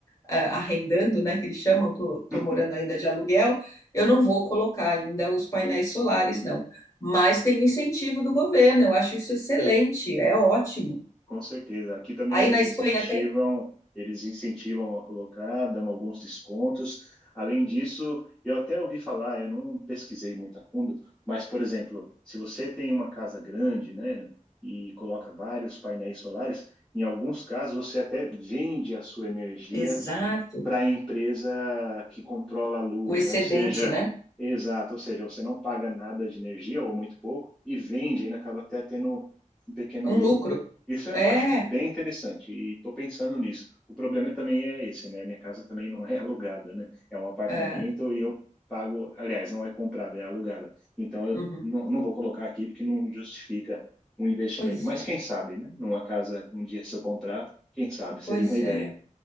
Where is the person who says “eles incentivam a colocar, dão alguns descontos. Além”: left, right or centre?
Centre